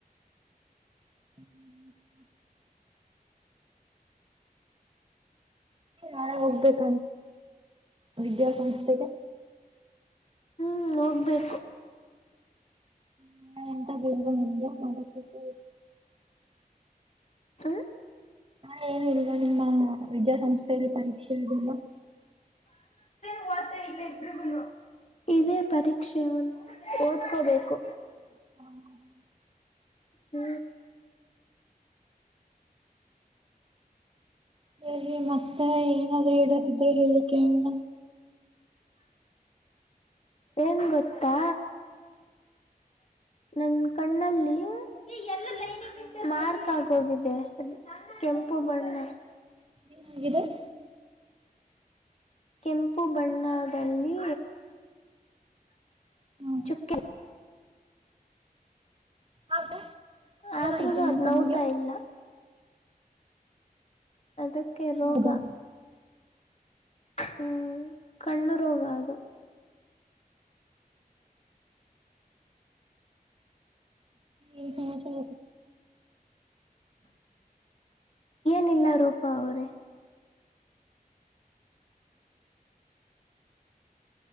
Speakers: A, on the right (about 35°); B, on the left (about 45°).
A: ಹ್ಮ್ ನಾಳೆ ಹೋಗ್ಬೇಕ ವಿದ್ಯಾಸಂಸ್ಥೆಗೆ
B: ಹ್ಮ ಹೋಗ್ಬೇಕು
A: <unintelligible>
B: ಹ್ಮ
A: ಹಾ ಏನಿಲ್ವಾ ನಿಮ್ಮ ವಿದ್ಯಾಸಂಸ್ಥೆಯಲ್ಲಿ ಪರೀಕ್ಷೆ ಇದಿಲ್ಲ
B: <unintelligible> ಇದೇ ಪರೀಕ್ಷೆಯಂದು ಓದ್ಕೋಬೇಕು
A: <unintelligible>
B: ಹ್ಮ್
A: ಬರಿ ಮತ್ತೆ ಏನಾದ್ರೂ ಇಡದಿದ್ರೆ ಹೇಳಕ್ಕೆಣ <inaudible>
B: ಏನ್ ಗೊತ್ತಾ ನನ್ ಕಣ್ಣಲ್ಲಿ <unintelligible> ಕೆಂಪು ಬಣ್ಣ
A: <unintelligible>
B: ಕೆಂಪು ಬಣ್ಣದಲ್ಲಿ
A: ಹ್ಮ್
B: ಚುಕ್ಕಿ
A: ಹಾಗೆ ಏನಾಯ್ತು
B: ಆದ್ರೂನು
A: ನಿಮ್
B: ಅದ್
A: ಕಣ್ಣಿಗೆ
B: ನೋತಾ ಇಲ್ಲ ಅದಕ್ಕೆ ರೋಗಾ
A: ಹೌದಾ
B: ಹ್ಮ್ ಕಲೂ ರೋಗ ಅದು
A: ಏನ್ ಸಮಾಚಾರ
B: ಏನಿಲ್ಲ ರೂಪಾ ಅವ್ರೇ